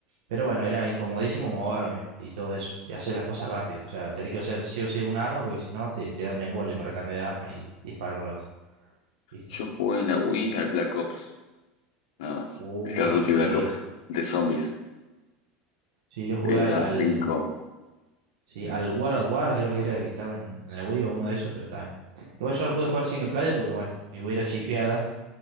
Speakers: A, on the right; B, on the left.
A: Pero bueno, era incomodísimo moverme y todo eso, y hacer las cosas rápido. O sea, tenés que usar sí o sí un arma porque si no te, te da un embole para cambiar de arma y, disparar con la otra, ¿viste?
B: Yo jugué en la Wii al Black Ops, nada más.
A: Uh,
B: El Call of Duty
A: sí.
B: Black Ops, de zombies.
A: Sí, yo jugué
B: Era
A: al, al,
B: Rin
A: Sí, al War of War creo que era el que estaba en en la Wii o uno de esos, pero también. Igual yo lo pude jugar single player porque, bueno, mi Wii era chipeada,